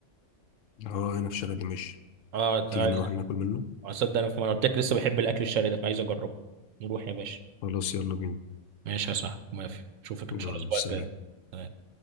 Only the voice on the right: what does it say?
اه ده-
اصدق انا في ما أنا قلت لك لسه بحب الاكل الشرقي ده فعايز اجربه نروح يا باشا
ماشي يا صاحبي موافق اشوفك ان
شاء الله الاسبوع
الجاي